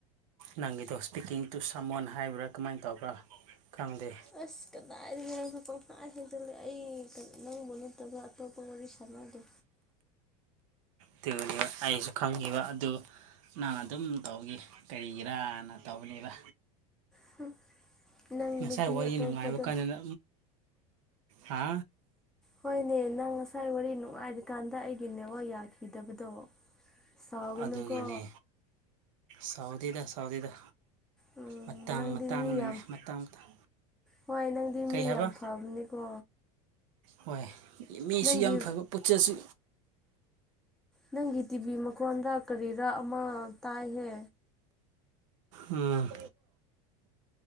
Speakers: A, on the right; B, in the centre.
A: ꯅꯪꯒꯤꯗꯣ ꯏꯁꯄꯤꯀꯤꯡ ꯇꯨ ꯁꯝꯃꯟ ꯍꯥꯏꯕ꯭ꯔꯥ ꯀꯃꯥꯏꯅ ꯇꯧꯕ꯭ꯔꯥ ꯈꯪꯗꯦ
B: ꯑꯁ ꯀꯗꯥꯏꯗꯒꯤ ꯅꯪꯁꯨ ꯄꯪꯍꯥꯏ ꯍꯦꯏꯖꯜꯂꯦ ꯑꯩ ꯅꯪꯕꯨ ꯅꯠꯇꯕ ꯑꯇꯣꯞꯄ ꯋꯥꯔꯤ ꯁꯥꯟꯅꯗꯦ
A: <unintelligible> ꯑꯩꯁꯨ ꯈꯪꯉꯤꯕ ꯑꯗꯨ ꯅꯪ ꯑꯗꯨꯝ ꯇꯧꯅꯤ ꯀꯔꯤꯒꯤꯔꯅ ꯇꯧꯅꯦꯕ
B: <unintelligible>
A: ꯉꯁꯥꯏ
B: ꯅꯨꯄꯤ
A: ꯋꯥꯔꯤ
B: ꯑꯇꯣꯞꯄꯗꯣ
A: ꯅꯨꯡꯉꯥꯏꯕ ꯀꯥꯟꯗꯅ ꯍꯥ
B: ꯍꯣꯏꯅꯦ ꯅꯪ ꯉꯁꯥꯏ ꯋꯥꯔꯤ ꯅꯨꯡꯉꯥꯏꯔꯤꯀꯥꯟꯗ ꯑꯩꯒꯤ ꯅꯦꯋꯥꯛ ꯌꯥꯈꯤꯗꯕꯗꯣ ꯁꯥꯎꯒꯅꯨꯀꯣ
A: ꯑꯗꯨꯒꯤꯅꯤ ꯁꯥꯎꯗꯤꯗ ꯁꯥꯎꯗꯤꯗ
B: ꯎꯝ
A: ꯃꯇꯥꯡ
B: ꯅꯪꯗꯤ
A: ꯃꯇꯥꯡꯅꯅꯦ
B: ꯃꯤ ꯌꯥꯝ
A: ꯃꯇꯥꯡ ꯃꯇꯥꯡ
B: ꯍꯣꯏ ꯅꯪꯗꯤ
A: ꯀꯔꯤ
B: ꯃꯤ
A: ꯍꯥꯏꯕ
B: ꯌꯥꯝ ꯐꯕꯅꯦꯀꯣ
A: ꯍꯣꯏ ꯃꯤꯁꯨ
B: ꯅꯪꯒꯤ
A: ꯌꯥꯝ ꯐꯕ ꯄꯨꯆꯦꯜꯁꯨ
B: ꯅꯪꯒꯤ ꯇꯤꯚꯤ ꯃꯈꯣꯟꯗ ꯀꯔꯤꯔ ꯑꯃ ꯇꯥꯏꯍꯦ
A: ꯎꯝ